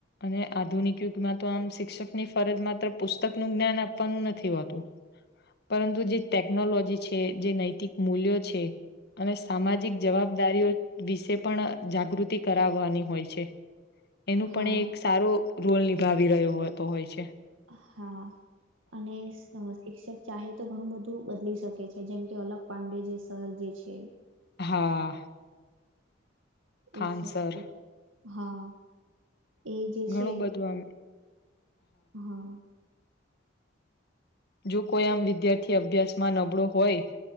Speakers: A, on the left (about 55°); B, on the right (about 85°).
A: અને આધુનિક યુગમાં તો આમ શિક્ષકની ફરજ માત્ર પુસ્તક ન જ્ઞાન આપવાનું નથી હોતું. પરંતુ જે ટેકનોલોજી છે જે નૈતિક મૂલ્યો છે. અને સામાજિક જવાબદારીઓ વિશે પણ જાગૃતિ કરાવવાની હોય છે. એનું
B: હા.
A: પણ એ એક સારો રોલ નિભાવી રહ્યોતો હોય છે.
B: હા અને શિક્ષક ચાહે તો ઘણું બધું બદલી શકે છે. જેમ કે અલગ પાંડે જે સર જે છે.
A: હા. ખાનસર.
B: એ સર હા. એ જે
A: ઘણું
B: છે.
A: બધું આમ
B: હા.
A: જો કોઈ આમ વિદ્યાર્થી અભ્યાસમાં નબળો હોય